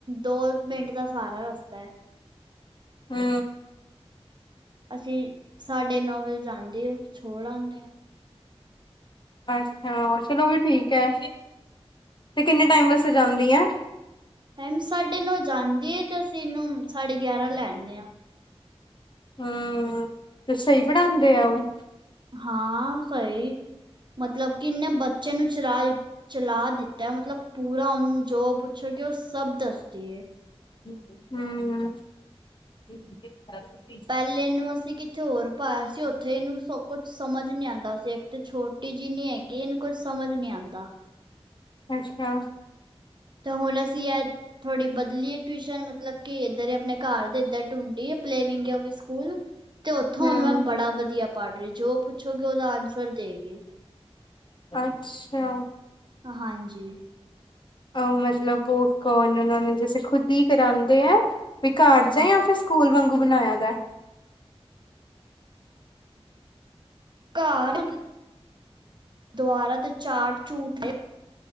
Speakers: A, on the right; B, on the left.
A: ਦੋ ਮਿੰਟ ਦਾ ਸਾਰਾ ਰਸਤਾ ਹੈ।
B: ਹੂੰ,
A: ਅਸੀਂ ਸਾਡੇ ਨੌਵੇਂ ਜਾਂਦੇ ਆ ਛੋੜ ਆਦੇ ਆ
B: ਅੱਛਾ ਚਲੋ ਵੀ ਠੀਕ ਹੈ, ਤੇ ਕਿੰਨੇ ਟਾਈਮ ਵਾਸਤੇ ਜਾਂਦੀ ਆ
A: ਟਾਈਮ ਸਾਢੇ ਨੌ ਜਾਂਦੀ ਹੈ, ਤੇ ਅਸੀਂ ਇਹਨੂੰ ਸਾਢੇ ਗਿਆਰਾਂ ਲੈਦੇ ਆ
B: ਹੂੰ, ਤੇ ਸਹੀ ਪੜਾਦੇ ਆ ਉਹ
A: ਹਾਂ, ਸਹੀ ਮਤਲਬ ਕਿਨੇ ਬ ਬੱਚੇ ਨੂੰ ਚਲਾ-ਚਲਾ ਦਿੱਤਾ ਮਤਲਬ ਪੂਰਾ ਔਨੁੰ ਜੋ ਪੁੱਛੋ ਕਿ ਉਹ ਸਭ ਦੱਸਦੀਏ।
B: ਹੂੰ,
A: ਪਹਿਲੇ ਨੂੰ ਅਸੀਂ ਕਿੱਥੇ ਹੋਰ ਪਾਇਆ ਸੀ, ਉੱਥੇ ਇਹਨੂੰ ਸ ਕੁਛ ਸਮਝ ਨਹੀਂ ਆਉਂਦਾ ਸੀ, ਇੱਕ ਤੇ ਛੋਟ ਟੀ ਜਿੰਨੀ ਹੈਗੀ, ਇਹਨੂੰ ਕੁੱਝ ਸਮਝ ਨਹੀਂ ਆਦਾ।
B: ਅੱਛਾ।
A: ਤਾਂ ਹੁਣ ਅਸੀਂ ਇਹ ਥੋੜ੍ਹੀ ਬਹੁਤ ਬਦਲੀਏ ਟਿਊਸ਼ਨ ਮਤਲਬ ਕਿ, ਇਧਰ ਆਪਣੇ ਘਰ ਦੇ ਇਧਰ ਟੂੰਡੀ ਪਲੇਵਿੰਗ ਸਕੂਲ। ਤੇ ਉੱਥੋਂ
B: ਹਮ
A: ਉਹਨੂੰ ਐ ਬੜਾ ਵਧੀਆ ਪੜ੍ਹ ਰਹੀ ਜੋ ਪੁੱਛੋਗੇ ਉਹਦਾ ਆਨਸਰ ਦੇਗੀ
B: ਅੱਛਾ
A: ਹਾਂਜੀ
B: ਉਹ ਮਤਲਬ ਉਹ ਕੌਣ ਉਹਨਾ ਨੇ ਜੈਸੇ ਖੁਦ ਹੀ ਕਰਾਉਂਦੇ ਐ, ਵੀ ਘਰ ਜਾ
A: ਹਾਂ
B: ਜਾਂ ਫਿਰ ਸਕੂਲ ਵਾਂਗੂ ਬਣਾਇਆ ਦਾ
A: ਘਾਰ, ਦੀਵਾਰਾਂ ਤੇ ਚਾਰਟ ਚੂਰਟ ਨੇ